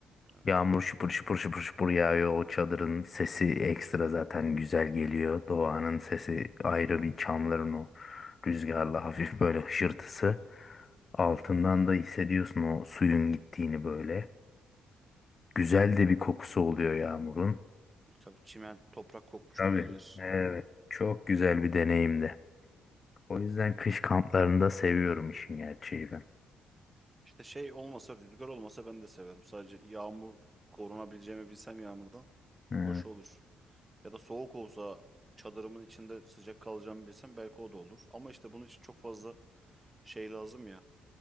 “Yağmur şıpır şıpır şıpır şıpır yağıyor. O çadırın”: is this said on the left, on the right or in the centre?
Left